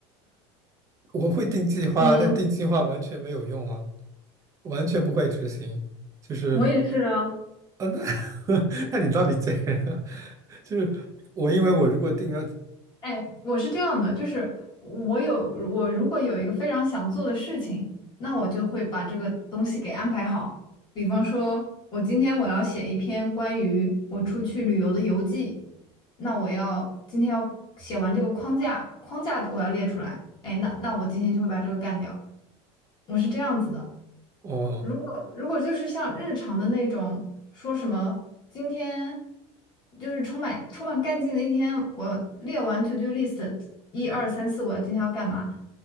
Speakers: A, on the right; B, on the left.
A: 我会定计划，
B: 嗯，
A: 但定计划完全没有用啊，完全不会执行，就是
B: 我也是啊，
A: 啊，那 <laughs> 那你到底介意啊？<laughs> 就是我，因为我如果定了，
B: 哎，我是这样的，就是我有我如果有一个非常想做的事情，那我就会把这个东西给安排好。比方说，我今天我要写一篇关于我出去旅游的游记，那我要今天要写完这个框架，框架我要列出来。哎，那那我今天就会把这个干掉。我是这样子的。
A: 哦，
B: 如果如果就是像日常的那种，说什么今天就是充满充满干劲的一天，我列完 to do list 一二三四，我要今天要干嘛？